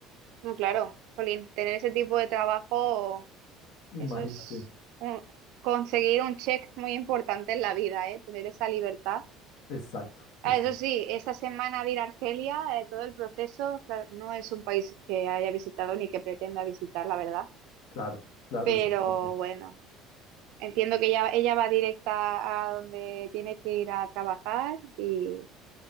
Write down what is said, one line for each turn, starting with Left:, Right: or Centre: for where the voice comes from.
Right: No, claro, Jolín, tener ese tipo de trabajo, eso
Left: Imagínate.
Right: es un- conseguir un check muy importante en la vida, ¿eh? Tener esa libertad.
Left: Exacto,
Right: Ah,
Left: exacto.
Right: eso sí, esta semana de ir a Argelia, eh, todo el proceso, claro, no es un país que haya visitado ni que pretenda visitar, la verdad.
Left: Claro, claro,
Right: Pero
Left: exactamente.
Right: bueno, entiendo que ella, ella va directa a donde tiene que ir a trabajar y,